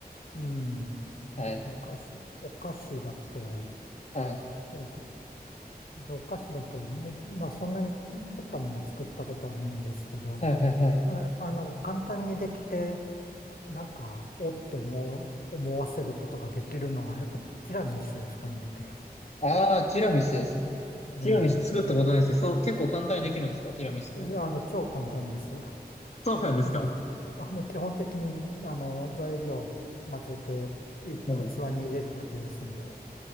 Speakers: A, on the left; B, on the left.
A: うん。
B: はい。
A: お菓子、お菓子だと、
B: はい。
A: そうですね。お菓子だと、もう、まあそんなに凝ったもの作ったことはないんですけど、
B: はい、はい、はい。
A: なんかあの、簡単にできて、なんか、おって思う、思わせることができるのは、やっぱティラミスですかねって。
B: ああ、ティラミスですね。
A: ね
B: ティラミス作ったことないですね。そう、結構簡単にできるんですかティラミスって。
A: え。えあの、超簡単です。
B: そうなんですか
A: あの、あの基本的にあの材料混ぜてい器に入れるだけですんで。
B: はい。